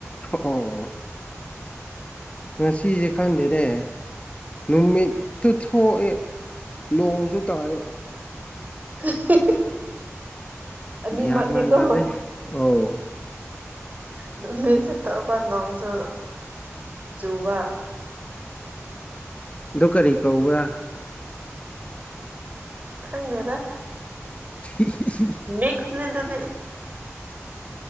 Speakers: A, on the left; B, on the right.
A: ꯑꯣ ꯑꯣ ꯉꯁꯤꯁꯦ ꯈꯪꯗꯦꯅꯦ ꯅꯨꯃꯤꯠꯇꯨ ꯊꯣꯛꯑꯦ ꯅꯣꯡꯁꯨ ꯇꯥꯢꯌꯦ
B: <unintelligible> ꯑꯅꯤꯃꯛꯅꯤ
A: ꯒ꯭ꯌꯥꯟ ꯃꯥꯟ
B: ꯀꯣ
A: ꯇꯥꯗꯦ ꯑꯧ
B: ꯅꯨꯃꯤꯠꯁꯨ ꯊꯣꯛꯄ ꯅꯣꯡꯁꯨ ꯆꯨꯕ
A: ꯑꯗꯨ ꯀꯔꯤ ꯀꯧꯕ꯭ꯔꯥ
B: ꯈꯪꯗꯦꯗ
A: <unintelligible>
B: ꯃꯤꯛꯅꯦ ꯑꯗꯨꯗꯤ